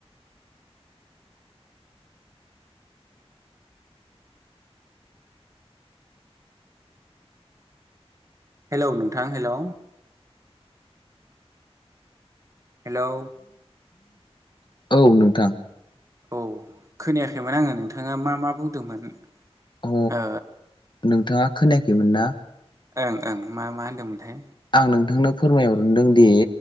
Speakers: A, on the right (about 30°); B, on the left (about 45°).
A: हेलौ नोंथां हेलौ हेलौ
B: औ नोंथां
A: औ खोनायाखैमोन आंङो नोंथांङा मा मा बुंदोंमोन
B: अ
A: ओ
B: नोंथांङा खोनायाखैमोन ना
A: ओं ओं मा मा होन्दोंमोनथाय
B: आं नोंथांनो फोरमायहरदों दि